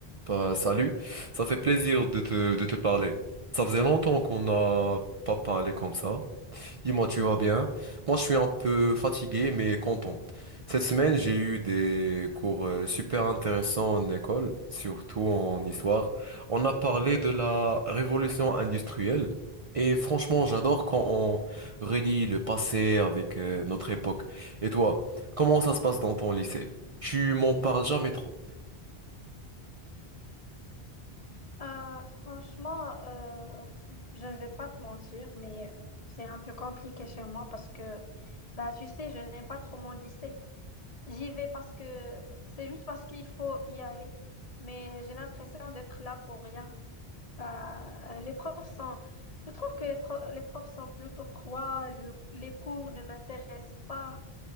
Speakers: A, on the right; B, on the left.
A: Bah, salut, ça fait plaisir de te, de te parler. Ça faisait longtemps qu'on n'a pas parlé comme ça. Dis-moi, tu vas bien? Moi, je suis un peu fatigué, mais content. Cette semaine, j'ai eu des cours euh, super intéressants en école, surtout en histoire. On a parlé de la révolution industrielle. Et franchement, j'adore quand on relie le passé avec euh, notre époque. Et toi, comment ça se passe dans ton lycée? Tu m'en parles jamais trop.
B: Euh, franchement, euh, je ne vais pas te mentir, mais c'est un peu compliqué chez moi parce que, bah, tu sais, je n'aime pas trop mon lycée. J'y vais parce que c'est juste parce qu'il faut y aller, mais j'ai l'impression d'être là pour rien. Bah, les profs sont, je trouve que les, pro- les profs sont plutôt froids, le- les cours ne m'intéressent pas,